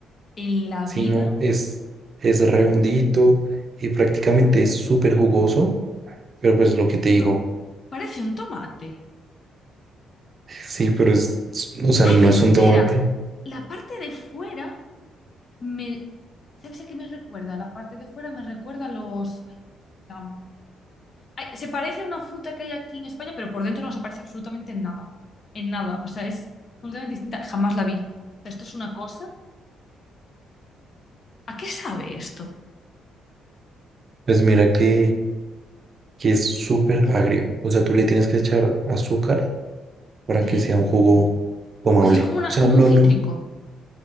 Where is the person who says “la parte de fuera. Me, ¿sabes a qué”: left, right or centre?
Left